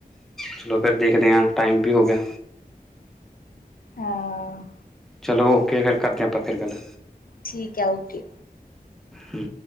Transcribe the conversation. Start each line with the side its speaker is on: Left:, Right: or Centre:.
Centre: ਚਲੋ ਫੇਰ ਦੇਖਦੇ ਹਾਂ, ਟਾਈਮ ਵੀ ਹੋ ਗਿਆ।
Left: ਹਾਂ।
Centre: ਚਲੋ ਓਕੇ। ਫੇਰ ਕਰਦੇ ਹਾਂ ਆਪਾਂ ਫੇਰ ਗੱਲ।
Left: ਠੀਕ ਹੈ। ਓਕੇ।
Centre: ਹੂੰ।